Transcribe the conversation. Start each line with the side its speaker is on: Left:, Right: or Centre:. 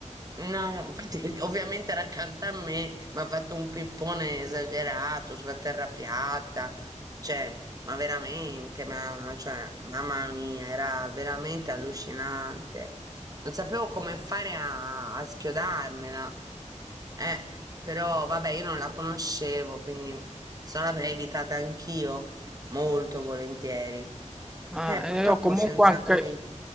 Right: No, infatti <laughs> ovviamente era accanto a me, mi ha fatto un pippone esagerato sulla terra piatta, cioè, ma veramente, ma cioè, mamma mia, era veramente allucinante. Non sapevo come fare a, a schiodarmela. Eh, però vabbè, io non la conoscevo, quindi se no l'avrei evitata anch'io molto volentieri.
Centre: Ma
Right: Eh, purtroppo
Centre: io comunque
Right: c'è un sacco
Centre: anche
Right: di...